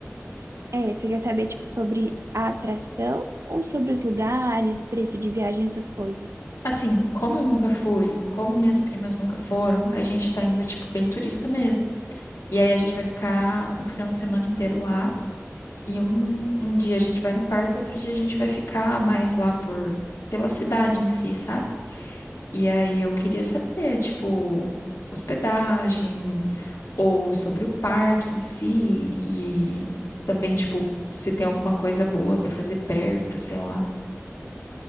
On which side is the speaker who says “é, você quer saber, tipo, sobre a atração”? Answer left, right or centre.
Right